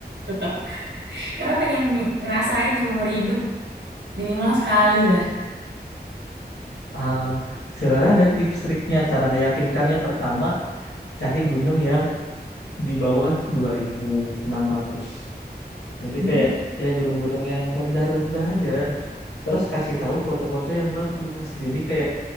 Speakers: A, on the right (about 90°); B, on the left (about 85°).
A: tetap karena pengen ngerasain seumur hidup minimal sekali lah
B: Uh, sebenarnya ada tips triknya cara ngeyakinkannya pertama cari gunung yang di bawah 2600 jadi
A: Hmm,
B: kayak ya gunung-gunung yang rendah-rendah aja terus kasih tahu foto-foto yang bagus. Jadi kayak